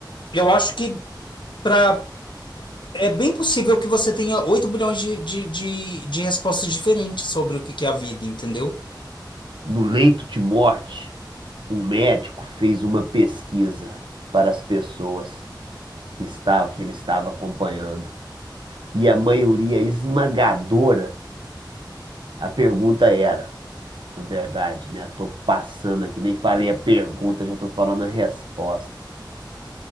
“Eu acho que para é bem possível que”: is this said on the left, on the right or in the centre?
Left